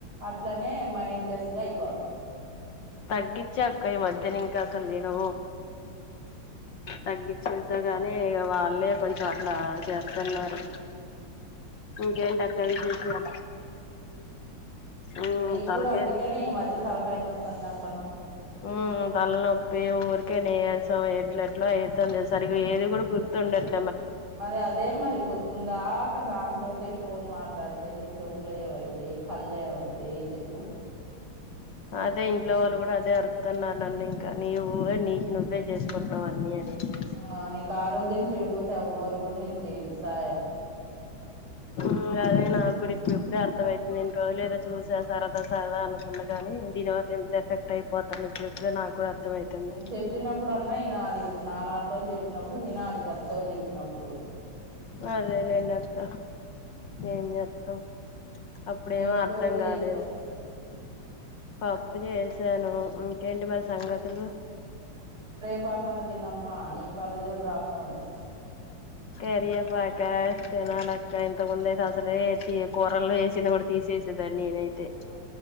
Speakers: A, on the right; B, on the left.
A: అట్లనే మైండ్ లెస్ గా అయిపోతారు
B: తగ్గించా అక్క ఈ మధ్యన ఇంకా అసలు నేను తగ్గించేసా కానీ ఇక వాళ్ళే కొంచెం అట్ల చేస్తున్నారు ఇంకెంటక్క విశేషాలు మ్మ్
A: నీ
B: తలకే
A: కూడా అందుకనే ఈ మధ్య తలకాయినోత్తంది అని
B: ఉ తలనొప్పి ఊరికే నీరసం ఎట్ల ఎట్లా అవుతుంది సరిగా ఏది కూడా గుర్తుండట్ల
A: మరి అదే మరి పొద్దుందాక దాంతో తోటే ఫోన్ మాట్లాడితే నీ చెవులేమయితయి కళ్ళేమైతయి చెప్పు
B: అదే ఇంట్లో వాళ్ళు కూడా అదే అరుతున్నారు నన్ను ఇంకా నవ్వే నీకి నువ్వే చేసుకుంటున్నావు అన్నీ అనేసేసి
A: ఆ నీకు ఆరోగ్యం చెడిపోతే ఎవ్వరు కూడా నీకు చేయరు సాయం
B: మ్మ్ అదే నాకు కూడా ఇప్పుడు ఇప్పుడే అర్థమైతుంది ఇన్ని రోజు లేదో చూసా సరదా సరదా అనుకున్న కానీ దీనివల్ల అంత ఎఫెక్ట్ అయిపోతున్న ఇప్పుడు ఇప్పుడే నాకు కూడా అర్థమయితుంది
A: చెప్పినప్పుడు అన్నా వినాలి ఇప్పుడు నాలాంటోళ్లు చెప్పినప్పుడు వినాలి పెద్దోళ్ళు చెప్పినప్పుడు
B: అదేలేండక్క ఏంజేత్తం అప్పుడేమొ
A: ఏం
B: అర్థం
A: కూర చేసినావ్
B: కాాలేదు పప్పు చేసాను ఇంకేంటి మరి సంగతులు
A: <unintelligible> ప్ప కన్న తినమ్మా నీకు కళ్ళజోడు రాకుండా ఉంటది
B: కరియేపాక తినాలక్క ఇంతకు ముందు అయితే అసలే కూరల్లో వేసింది కూడా తీసేసేది దాన్ని ఏనైతే
A: ఆ